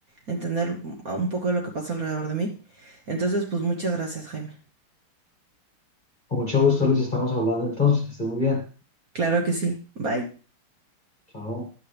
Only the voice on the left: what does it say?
Con mucho gusto, Luis, estamos hablando entonces, que esté muy bien.
Chao.